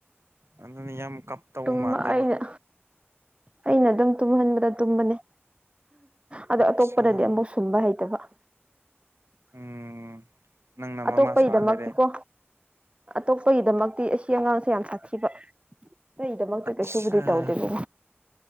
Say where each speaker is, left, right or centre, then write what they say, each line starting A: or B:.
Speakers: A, on the right; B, on the right.
A: ꯑꯗꯨꯅ ꯌꯥꯝ ꯀꯞꯇꯧ
B: ꯇꯨꯝꯃ
A: ꯃꯥꯟꯗꯦꯕ
B: ꯑꯩꯅ ꯑꯩꯅ ꯑꯗꯨꯝ ꯇꯨꯝꯍꯟꯕꯗ ꯇꯨꯝꯕꯅꯦ꯫ ꯑꯗꯣ
A: ꯑꯆꯥ
B: ꯑꯇꯣꯞꯄꯅꯗꯤ ꯑꯃꯨꯛ ꯁꯨꯝꯕ ꯍꯩꯇꯕ
A: ꯎꯝ ꯅꯪꯅ ꯃꯃꯥ
B: ꯑꯇꯣꯞꯄꯒꯤꯗꯃꯛꯇꯤꯀꯣ
A: ꯁꯥ ꯂꯩꯔꯦ
B: ꯑꯇꯣꯞꯄꯒꯤꯗꯃꯛꯇꯤ ꯑꯁꯤ ꯑꯉꯥꯡꯁꯦ ꯌꯥꯝ ꯁꯥꯊꯤꯕ ꯑꯩꯒꯤꯗꯃꯛꯇ
A: ꯑꯠꯁꯥ
B: ꯀꯩꯁꯨꯕꯨꯗꯤ ꯇꯧꯗꯦꯗꯀꯣ꯫